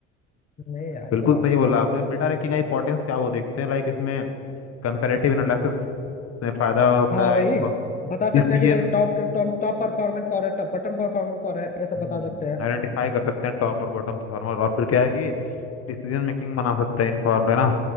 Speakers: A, on the left (about 25°); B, on the left (about 45°).
A: नहीं यार
B: बिल्कुल
A: सब आता
B: सही
A: है
B: बोला
A: मेरे को
B: आपने अब डेटा रैंकिंग का इंपॉर्टेंस क्या वो देखते हैं लाइक इसमें कंपैरेटिव एनालिसिस में फायदा होता
A: हाँ वही
B: है
A: बता
B: डिसीजन
A: सकते हैं कि नहीं, टॉप टॉप टॉप परफॉर्मेंस कौन है टॉप बटन परफॉर्मेंस कौन है ये सब
B: आइडेंटिफाई
A: बता सकते हैं
B: कर सकते हैं टॉप और बॉटम परफॉर्मर और फिर क्या है कि डिसीजन मेकिंग बना सकते हैं इन्फॉर्म्ड है ना